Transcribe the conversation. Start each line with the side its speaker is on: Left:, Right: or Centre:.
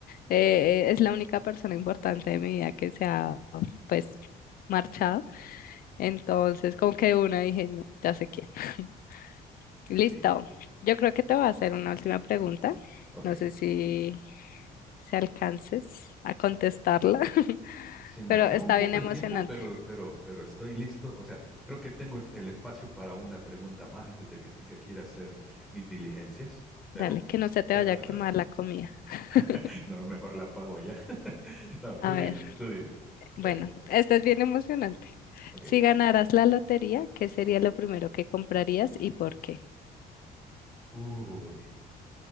Left: eh, eh, es la única persona importante de mi vida que se ha, pues, marchado. Entonces, como que de una dije, no, ya sé quién. <laughs> Listo.
Centre: Sí,
Left: Yo creo que te voy a hacer una última pregunta.
Centre: ok.
Left: No sé si, si alcances a contestarla, <laughs>
Centre: Se me
Left: pero
Centre: acaba
Left: está
Centre: un poco
Left: bien emocionante.
Centre: el tiempo, pero, pero, pero estoy listo. O sea, creo que tengo el espacio para una pregunta más antes de que tenga que ir a hacer mis diligencias, pero
Left: Dale, que no se te
Centre: déjame
Left: vaya a
Centre: saber.
Left: quemar la comida. <laughs>
Centre: <laughs> No, mejor la pago ya. <laughs> No, tú
Left: A
Centre: dime,
Left: ver,
Centre: tú dime. A ver,
Left: bueno, esta es bien emocionante.
Centre: ok.
Left: Si ganaras la lotería, ¿qué sería lo primero que comprarías y por qué?
Centre: Uy,